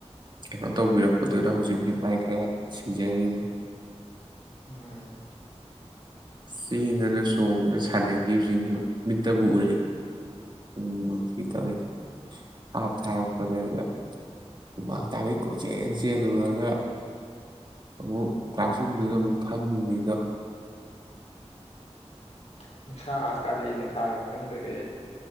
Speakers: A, on the right; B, on the left.
A: ꯀꯩꯅꯣ ꯇꯧꯕꯤꯔꯛꯄꯗꯨꯅ ꯍꯧꯖꯤꯛ ꯃꯤꯠ ꯃꯥꯏ ꯈꯔ ꯁꯤꯡꯖꯔꯤꯅꯤ
B: ꯎꯝ
A: ꯆꯦꯟꯗꯅ ꯆꯣꯡꯗꯅ ꯁꯥꯟꯅꯒꯤꯕꯁꯤꯡꯗꯨ ꯃꯤꯠꯇꯕꯨ ꯎꯔꯛꯏ ꯅꯨꯡꯕꯨ ꯅꯨꯡꯁꯤ ꯇꯧꯏ ꯍꯥꯞ ꯊꯥꯔꯛꯄꯗꯒ ꯍꯨꯃꯥꯡ ꯊꯥꯛꯈꯩ ꯀꯣꯏꯆꯦꯜ ꯆꯦꯜꯂꯨꯔꯒ ꯑꯃꯨꯛ ꯀ꯭ꯂꯥꯁꯔꯨꯝꯗꯨꯗ ꯑꯃꯨꯛ ꯐꯝꯃꯤꯅꯤꯗꯣ
B: ꯅꯨꯡꯁꯥ ꯀꯥꯂꯦꯟ ꯁꯥꯒ ꯈꯪꯗꯒꯩ